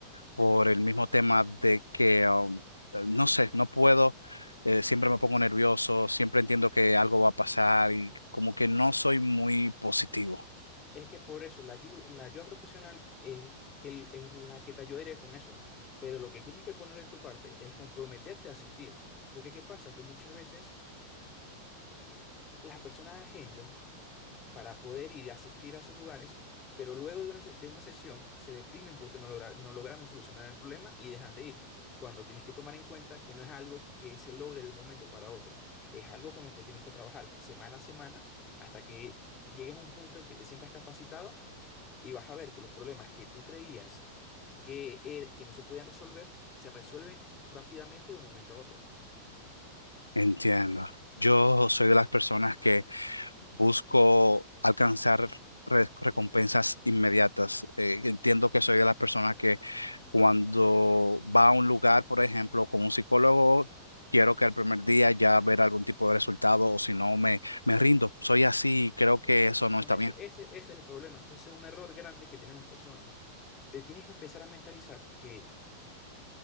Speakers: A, on the left; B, on the left.
A: por el mismo tema de que, um, no sé, no puedo, eh, siempre me pongo nervioso, siempre entiendo que algo va a pasar y como que no soy muy positivo.
B: Es que por eso la ayuda, la ayuda profesional es, que, el- es la que te ayudaría con eso. Pero lo que tienes que poner de tu parte es comprometerte a asistir. Porque ¿qué pasa? Que muchas veces las personas agendan para poder ir a asistir a esos lugares, pero luego de una, se- de una sesión se deprimen porque no, logra- no lograron solucionar el problema y dejan de ir. Cuando tienes que tomar en cuenta que no es algo que se logre de un momento para otro. Es algo con lo que tienes que trabajar semana a semana hasta que llegues a un punto en que te sientas capacitado y vas a ver que los problemas que tú creías que, eh, que no se podían resolver, se resuelven rápidamente de un momento a otro.
A: Entiendo. Yo soy de las personas que busco alcanzar re- recompensas inmediatas. Eh, entiendo que soy de las personas que cuando va a un lugar, por ejemplo, con un psicólogo, quiero que al primer día ya ver algún tipo de resultado o si no me, me rindo. Soy así y creo que
B: Eh,
A: eso no
B: por
A: está
B: eso,
A: bien.
B: ese, ese es el problema, que ese es un error grande que tienen las personas. Te tienes que empezar a mentalizar que